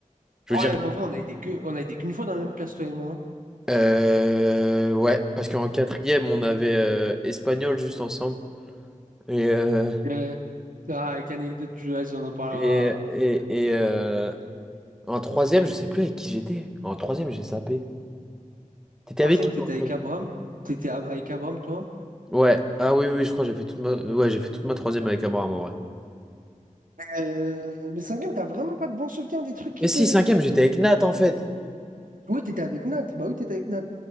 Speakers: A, in the centre; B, on the right.
A: Je
B: Ah
A: veux
B: Ouais,
A: dire,
B: mais en vrai, on a été que, on a été qu'une fois dans la même classe, toi et moi. hein.
A: euh, ouais, parce qu'en quatrième, on avait euh, espagnol juste ensemble. Et euh,
B: Euh, ah, avec l'anecdote du vas on en parlera.
A: Et, et, et euh, en troisième, je sais plus avec qui j'étais. En troisième, j'ai zappé. T'étais
B: Troisième,
A: avec qui toi,
B: t'étais
A: en troisième?
B: avec Abram? T'étais a- avec Abram toi.
A: Ouais. Ah oui, oui, je crois que j'ai fait toute ma... Ouais, j'ai fait toute ma troisième avec Abraham en vrai.
B: Euh, mais cinquième, t'as vraiment pas de bons souvenirs des trucs qui
A: Mais si,
B: te.
A: cinquième, j'étais avec Nat en fait.
B: Oui, t'étais avec Nat. Bah oui, t'étais avec Nat.